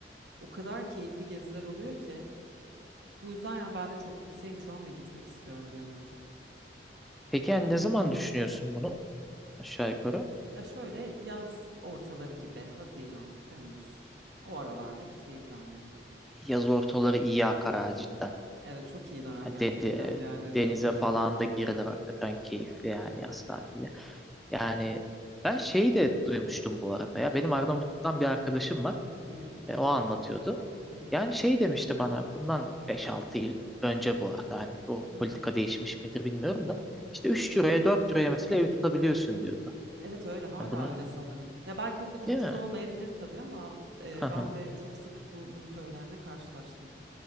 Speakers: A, on the right; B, in the centre.
A: O kadar keyifli geziler oluyor ki. Bu yüzden ya ben de çok yükseğim şu an ve gitmek istiyorum bir an önce.
B: Peki yani ne zaman düşünüyorsun bunu aşağı
A: Ee,
B: yukarı?
A: ya şöyle yaz ortaları gibi Haziran, Temmuz o aralarda gitmeyi planlıyorum.
B: Yaz ortaları iyi akar ha cidden.
A: Evet çok iyi dönem
B: Yani
A: gerçekten
B: de- de-
A: bir yerlere
B: denize
A: gitmek
B: falan
A: için.
B: da girilir hakikaten keyifli yani yaz tatili. Yani
A: Evet.
B: ben şeyi de duymuştum bu arada ya. Benim Arnavutluk'tan bir arkadaşım var.
A: Hı hı.
B: E, o anlatıyordu.
A: Hı hı.
B: Yani şey demişti bana bundan beş altı yıl önce bu arada hani o
A: Hı hı.
B: politika değişmiş midir bilmiyorum da işte 3 liraya 4 liraya mesela ev tutabiliyorsun diyordu.
A: Evet öyle hala
B: Hani bunu
A: öyle sanırım. Ya belki o kadar
B: değil
A: ucuz
B: mi?
A: olmayabilir tabii ama e,
B: Hı hı.
A: ben de çok sık bunu söyleyenle karşılaştım.